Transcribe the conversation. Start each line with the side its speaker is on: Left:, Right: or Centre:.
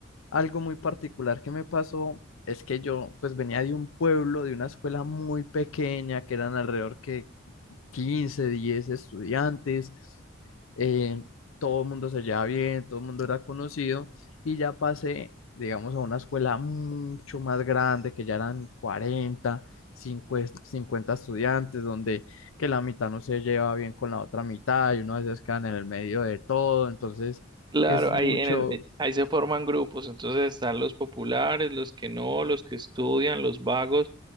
Left: algo muy particular que me pasó es que yo pues venía de un pueblo, de una escuela muy pequeña, que eran alrededor que 15 10 estudiantes, eh, todo el mundo se llevaba bien, todo el mundo era conocido y ya pasé, digamos, a una escuela mucho más grande, que ya eran 40 cincuenta 50 estudiantes, donde que la mitad no se lleva bien con la otra mitad y uno a veces quedan en el medio de todo, entonces
Right: Claro,
Left: es mucho,
Right: ahí, en el- eh, ahí se forman grupos, entonces están los populares, los que no, los que estudian, los vagos.